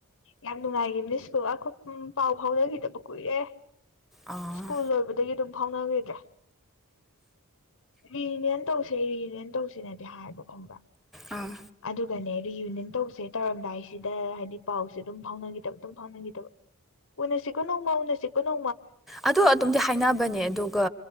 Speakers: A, on the left (about 65°); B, in the centre.
A: ꯌꯥꯝ ꯅꯨꯡꯉꯥꯏꯈꯤ ꯃꯤꯁꯀꯕꯥ ꯄꯥꯎ ꯐꯥꯎꯅꯈꯤꯗꯕ ꯀꯨꯏꯔꯦ
B: ꯑꯥ
A: ꯁꯀꯨꯜꯗꯕ ꯑꯗꯨꯝ ꯐꯥꯎꯅꯈꯤꯗ꯭ꯔꯦ ꯔꯤꯌꯨꯅꯤꯌꯟ ꯇꯧꯁꯦ ꯔꯤꯌꯨꯅꯤꯌꯟ ꯇꯧꯁꯤꯅꯗꯤ ꯍꯥꯏꯕ ꯈꯪꯕ꯭ꯔꯥ
B: ꯑꯥ
A: ꯑꯗꯨꯒꯅꯦ ꯔꯤꯌꯨꯅꯤꯌꯟ ꯇꯧꯁꯦ ꯇꯧꯔꯝꯗꯥꯏ ꯁꯤꯗ ꯍꯥꯏꯗꯤ ꯄꯥꯎꯁ ꯑꯗꯨꯝ ꯐꯥꯎꯅꯗꯕ ꯑꯗꯨꯝ ꯐꯥꯎꯅꯈꯤꯗꯕ ꯎꯅꯁꯤꯀ ꯅꯃ ꯎꯁꯤꯀ ꯅ
B: ꯑ ꯑꯗꯨꯝꯗꯤ ꯍꯥꯏꯅꯕꯅꯦ ꯑꯗꯨꯒ